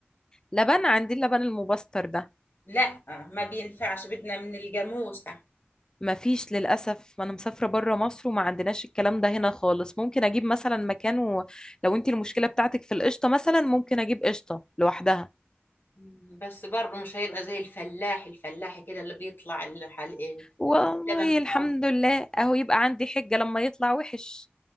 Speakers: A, on the left (about 20°); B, on the left (about 60°).
A: لبن عندي اللبن المبستر ده
B: لا ما بينفعش بدنا من الجاموسة
A: ما فيش للاسف ما انا مسافره بره مصر وما عندناش الكلام ده هنا خالص ممكن اجيب مثلا مكانه لو انت المشكله بتاعتك في القشطه مثلا ممكن اجيب قشطه لوحدها
B: مم، بس برضه مش هيبقى زي الفلاح الفلاح كده اللي بيطلع الحلقة
A: والله
B: لبن
A: الحمد
B: طازة
A: لله اهو يبقى عندي حجه لما يطلع وحش